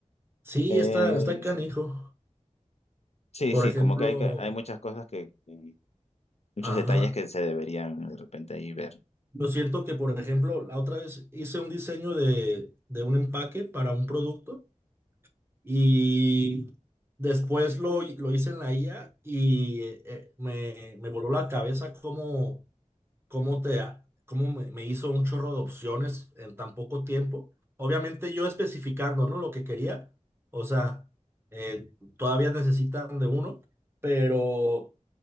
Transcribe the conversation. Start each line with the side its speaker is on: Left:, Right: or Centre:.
Right: sí,
Left: Eh,
Right: está, está canijo.
Left: sí, sí,
Right: Por
Left: sí,
Right: ejemplo,
Left: como que hay, que- hay muchas cosas que, que- muchos
Right: ajá.
Left: detalles que se deberían de repente ahí ver.
Right: Yo siento que, por ejemplo, la otra vez hice un diseño de, de un empaque para un producto y después lo, lo hice en la IA y eh, eh, me, me voló la cabeza cómo, cómo te, ha- cómo me, me hizo un chorro de opciones en tan poco tiempo. Obviamente yo especificando, ¿no? Lo que quería. O sea, eh, todavía necesitan de uno, pero,